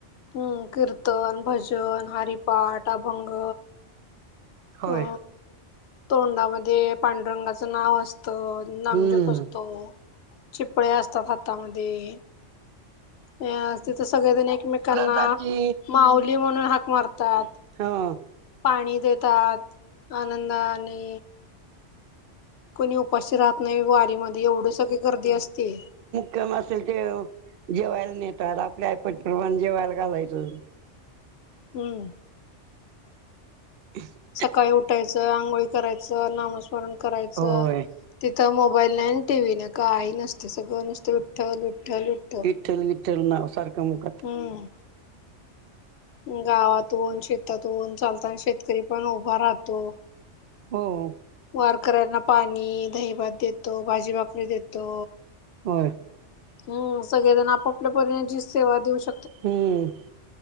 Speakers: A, on the left; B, on the right.
A: हम्म कीर्तन, भजन, हरिपाठ, अभंग
B: होय
A: अ तोंडामध्ये पांडुरंगाचं नाव असत.
B: हम्म
A: नामजप असतो, चिपळे असतात हातामध्ये
B: ह
A: अ तिथं सगळेजण एकमेकांना
B: जाती
A: माऊली म्हणून हाक मारतात.
B: हा
A: पाणी देतात आनंदाने कोणी उपाशी राहत नाही वारीमध्ये एवढं सगळी गर्दी असते.
B: कम असेल ते जेवायला नेतात आपल्या आयपटपमाण जेवायला घालायचं.
A: हम्म
B: ए
A: सकाळी उठायचं आंघोळी करायचं नामस्मरण करायचं.
B: होय
A: तिथं मोबाईल नाही टीव्ही नाही काही नसते सगळं नुसत विठ्ठल विठ्ठल विठ्ठल.
B: विठ्ल विठ्ठल नाव सारखं मुखात
A: हम्म
B: -
A: गावातून शेतातून चालताना शेतकरी पण उभा राहतो.
B: हो
A: वारकऱ्यांना पाणी दहीभात देतो भाजी भाकरी देतो.
B: हो
A: हम् सगळेजण आपापल्यापरीने जी सेवा देऊ शकत.
B: हम्म